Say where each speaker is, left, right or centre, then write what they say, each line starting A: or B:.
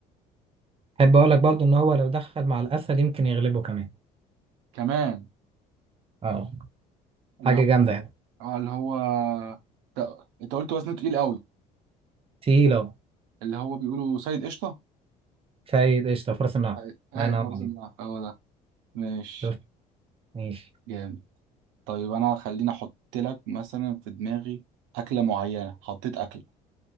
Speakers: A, on the right; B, on the right.
A: احب اقول لك برضو ان هو لو دخل مع الاسد يمكن يغلبه كمان
B: كمان
A: اه
B: اللي
A: حاجه
B: هو
A: جامده يعني
B: آه، اللي هو انت أنت قلت وزنه تقيل قوي
A: تقيل اهو
B: اللي هو بيقولوا سيد قشطة
A: فايد قشطه فرس النهر
B: أيوة. اهي
A: الله ينور
B: فرز
A: عليك
B: النهر هو ده ماشي
A: شوف ماشي
B: جامد طيب انا خليني احط لك مثلا في دماغي اكلة معينة حطيت اكل